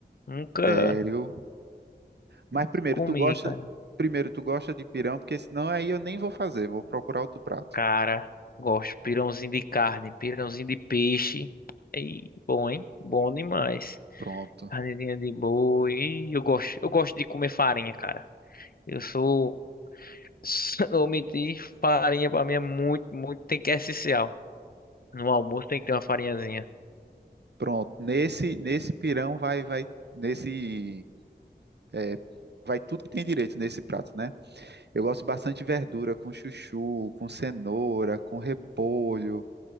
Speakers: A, on the left; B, on the right.
A: Nunca,
B: Sério? Mas
A: nunca
B: primeiro,
A: comi,
B: tu gosta,
A: cara.
B: primeiro, tu gosta de pirão, porque senão aí eu nem vou fazer, vou procurar outro prato.
A: Cara, gosto pirãozinho de carne, pirãozinho de peixe. E bom, hein? Bom demais.
B: Pronto.
A: Carnezinha de boi. E eu gosto, eu gosto de comer farinha, cara. Eu sou Se não omitir, farinha pra mim é muito, muito, tem que é essencial. No almoço tem que ter uma farinhazinha.
B: Pronto, nesse nesse pirão vai vai nesse é, vai tudo que tem direito nesse prato, né? Eu gosto bastante de verdura com chuchu, com cenoura, com repolho,